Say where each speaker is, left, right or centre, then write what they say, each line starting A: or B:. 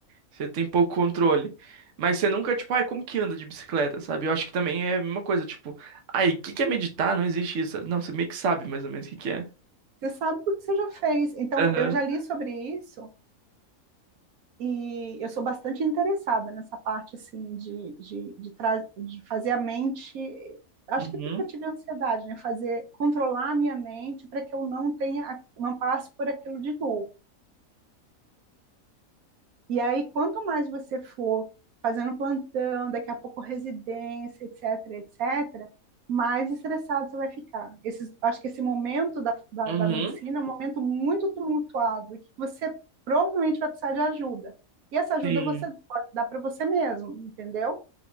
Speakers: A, on the right (about 60°); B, on the right (about 80°).
A: você tem pouco controle, mas você nunca tipo, ai, como que anda de bicicleta, sabe? Eu acho que também é a mesma coisa, tipo, ai, o que que é meditar? Não existe isso. Não, você meio que sabe mais ou menos o que que é.
B: Você sabe porque você já fez. Então,
A: Aham.
B: eu já li sobre isso e eu sou bastante interessada nessa parte, assim, de, de, de, tra- de fazer a mente. Acho
A: Uhum.
B: que porque eu tive ansiedade, né? Fazer, controlar a minha mente para que eu não tenha, não passe por aquilo de novo. E aí, quanto mais você for fazendo plantão, daqui a pouco residência, etc, etc, mais estressado você vai ficar. Esses, acho que esse momento da, da,
A: Uhum.
B: da medicina é um momento muito tumultuado, que você provavelmente vai precisar de ajuda. E essa ajuda
A: Sim.
B: você pode dar para você mesmo, entendeu?